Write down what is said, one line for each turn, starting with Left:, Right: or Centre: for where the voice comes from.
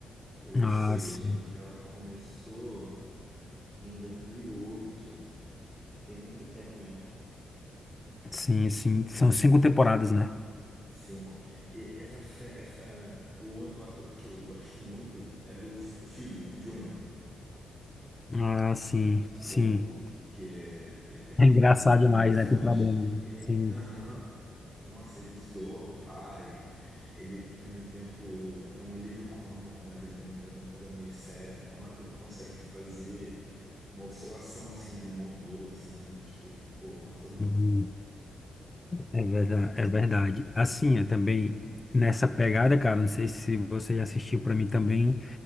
Centre: Ou
Left: ah,
Centre: seja,
Left: sim,
Centre: ela começou em dois mil e oito Tem muito tempo mesmo.
Left: sim, sim. São cinco temporadas, né?
Centre: Cinco. E essa, sé- essa, o outro ator que eu gosto muito era o, o filho, o Júnior.
Left: Ah, sim, sim.
Centre: O que, que ele é, ele tem
Left: É engraçado
Centre: umas limitações.
Left: demais, né? Tem problema. né?
Centre: Ele é,
Left: Sim,
Centre: aham, nossa, ele zoa o pai. Ele, ao mesmo tempo, é um alívio cômico, mas ele também traz uma coisa meio séria. É um ator que consegue fazer uma oscilação, assim, de humor boa, assim, né? Tipo, pô, um atorzão.
Left: sim. É verdade, é verdade. Assim, eu também, nessa pegada, cara, não sei se você já assistiu pra mim também.